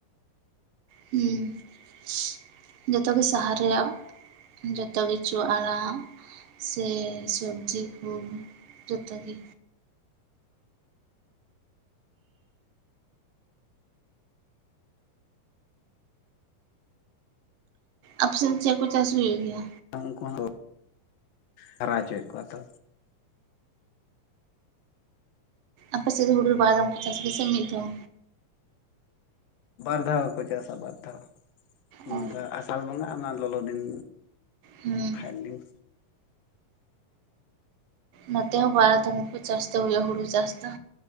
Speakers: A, on the right; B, on the left.
A: ᱦᱩᱸ <inaudible> ᱡᱚᱛᱚ ᱜᱮ ᱥᱟᱦᱟᱨ ᱨᱮᱭᱟᱜ ᱡᱚᱛᱚ ᱠᱤᱪᱷᱩ ᱟᱲᱟᱜ᱾ ᱥᱮ ᱥᱚᱵᱡᱤ ᱠᱩ ᱡᱚᱛᱚ ᱜᱮ᱾ ᱟᱯᱮ ᱥᱮᱱ ᱪᱮᱫ ᱠᱚ ᱪᱟᱥ ᱦᱩᱭᱩᱜ ᱜᱮᱭᱟ?
B: ᱩᱱᱠᱩ ᱠᱚ, ᱦᱟᱨᱟ ᱦᱚᱪᱚᱭᱮᱫ ᱠᱚᱣᱟ ᱛᱚ᱾
A: ᱟᱯᱮ ᱥᱮᱫ ᱦᱩᱲᱩ ᱵᱟᱨ ᱫᱚᱢ ᱠᱚ ᱪᱟᱥ ᱜᱮᱭᱟ ᱥᱮ ᱢᱤᱫ ᱫᱚᱢ᱾
B: ᱵᱟᱨᱫᱷᱟᱣ ᱠᱚ ᱪᱟᱥᱟ ᱵᱟᱨ ᱫᱷᱟᱣ᱾ ᱱᱚᱝᱠᱟ
A: ᱚ
B: ᱟᱥᱟᱞ ᱵᱚᱸᱜᱟ ᱟᱨ ᱱᱚᱣᱟ ᱞᱚᱞᱚ ᱫᱤᱱ
A: ᱦᱩᱸ
B: ᱦᱟᱭᱞᱤᱝ᱾
A: ᱱᱚᱛᱮ ᱦᱚᱸ ᱵᱟᱨ ᱫᱚᱢ ᱠᱚ ᱪᱟᱥ ᱫᱚ ᱦᱩᱭᱩᱜᱼᱟ ᱦᱩᱲᱩ ᱪᱟᱥ ᱫᱚ᱾